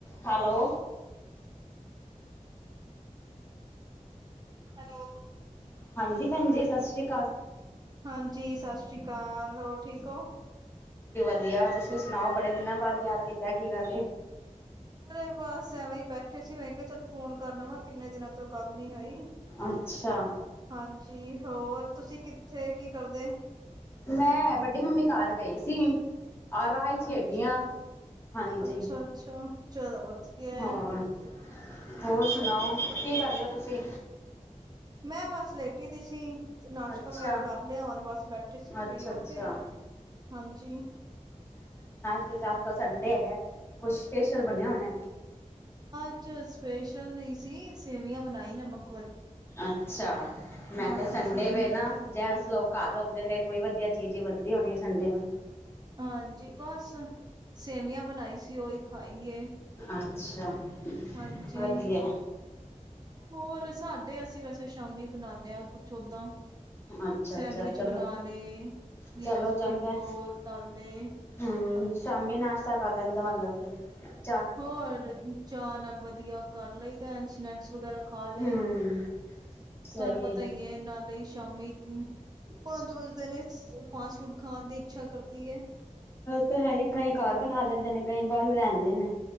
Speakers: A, on the left; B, on the right.
A: Hello.
B: Hello.
A: ਹਾਂ ਜੀ ਭੈਣ ਜੀ ਸਤਿ ਸ੍ਰੀ ਅਕਾਲ।
B: ਹਾਂ ਜੀ ਸਤਿ ਸ੍ਰੀ ਅਕਾਲ ਹੋਰ ਠੀਕ ਹੋ ।
A: ਵਧੀਆ ਤੁਸੀਂ ਸੁਣਾਓ ਬੜੇ ਦਿਨਾਂ ਬਾਅਦ ਯਾਦ ਕੀਤਾ ਕੀ ਗੱਲ ਏ।
B: ਮਰੇ ਬਸ ਐਵੇਂ ਹੀ ਬੈਠੇ ਸੀ । ਮੈਂ ਕਿਹਾ ਚੱਲ ਫੋਨ ਕਰ ਲਵਾਂ ਕਿੰਨੇ ਦਿਨਾਂ ਤੋਂ ਗੱਲ । ਹੋਈ
A: ਅੱਛਾ
B: ਹਾਂ ਜੀ ਹੋਰ ਤੁਸੀਂ ਕਿੱਥੇ ਕੀ ਕਰਦੇ ।
A: ਮੈਂ ਵੱਡੀ ਮੰਮੀ ਘਰ ਗਈ ਸੀ। ਆ ਰਾਹ ਵਿੱਚ ਹੈਗੇ
B: ਅੱਛਾ,
A: ਆਂ ਹਾਂਜੀ।
B: ਅੱਛਾ, ਅੱਛਾ ਚਲੋ। ਕੀ ਹੋਇਆ?
A: ਹੋਰ ਹੋਰ ਸੁਣਾਓ ਕੀ ਕਰ ਰਹੇ ਹੋ ਤੁਸੀਂ?
B: ਮੈਂ ਬਸ ਲੇਟੀ ਦੀ ਸੀ। ਨਾਸ਼ਤਾ
A: ਅੱਛਾ
B: ਵਗੈਰਾ ਕਰ ਲਿਆ ਹੁਣ ਬਸ ਬੈਠੇ ਸੀ ਫ੍ਰਰੀ
A: ਅੱਛਾ
B: ਹੋ
A: ਅੱਛਾ
B: ਕੇ ਹਾਂਜੀ।
A: ਜ ਆਸ ਪਾਸ ਅੰਡੇ ਹੈਗਾ। ਕੁਝ ਸਪੈਸ਼ਲ ਬਣਿਆ ਹੋਣਾ।
B: ਅੱਜ ਸਪੈਸ਼ਲ ਨਹੀਂ ਸੀ ਸੇਵੀਆਂ ਬਣਾਈ ਨਮਕ ।
A: ਅੱਛਾ ਮੈਂ
B: ਹਾਂਜੀ,
A: ਕਿਹਾ ਸੰਡੇ ਵੇ ਨਾ ਜ । ਲੋਕ ਘਰ ਆਉਂਦੇ ਨੇ ਕੋਈ ਵਧੀਆ ਚੀਜ਼ ਹੀ ਬਣਦੀ ਹੋਣੀ ਹੈ ਸੰਡੇ ਨੂੰ।
B: ਹਾਂਜੀ ਬਸ ਸੇਵੀਆਂ ਬਣਾਈ ਸੀ ਉਹੀ ਖਾਈ ਏ।
A: ਅੱਛਾ।
B: ਹਾਂਜੀ
A: ਵਧੀਆ
B: ਹੋਰ ਸਾਡੇ ਅਸੀਂ ਵੈਸੇ । ਫੇਰ ਸ਼ਾਮੀ ਬਣਾਉਂਦੇ ਹਾਂ ਕੁਝ ਓਦਾਂ।
A: ਅੱਛਾ
B: ਸੈਂਡਵਿੱਚ
A: ਅੱਛਾ ਚਲੋ
B: ਬਣਾ ਲਏ
A: ਚਲੋ
B: ਯਾ ਸਪਰਿੰਗ
A: ਚੰਗਾ
B: ਰੋਲ ਤਲ ਲਏ
A: ਹਮ
B: ਹਾਂ
A: ਸ਼ਾਮੀ
B: ਜੀ।
A: <inaudible>
B: ਹੋਰ ਚਾਹ ਨਾਲ ਵਧੀਆ। ਕਰ ਲਈ ਦਾ ਸਨੈਕਸ ਵਗੈਰਾ । ਖਾ ਲਏ।
A: ਹਮ
B: ਤੁਹਾਨੂੰ
A: ਸਹੀ
B: ਪਤਾ
A: ਹੈ
B: ਹੀ ਨਾਲੇ । ਸ਼ਾਮੀ ਪੰਜ ਵਜਦੇ ਨੇ । ਫਾਸਟ ਫੂਡ ਖਾਣ ਦੀ ਇੱਛਾ ਕਰਦੀ ਹੈ।
A: ਤਾਂ ਹੈ ਹੀ। ਕਈ ਘਰ ਬਣਾ ਲੈਂਦੇ ਨੇ, ਕਈ । ਬਾਹਰੋ ਲੈ ਆਉਂਦੇ ਨੇ।